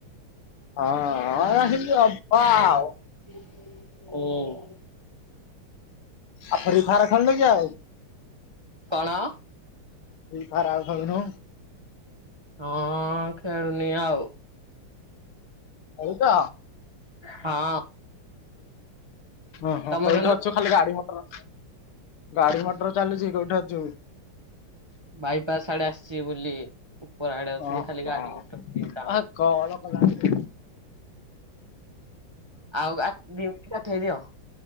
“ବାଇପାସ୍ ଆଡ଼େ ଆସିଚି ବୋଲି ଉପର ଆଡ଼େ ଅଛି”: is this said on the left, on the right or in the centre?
Right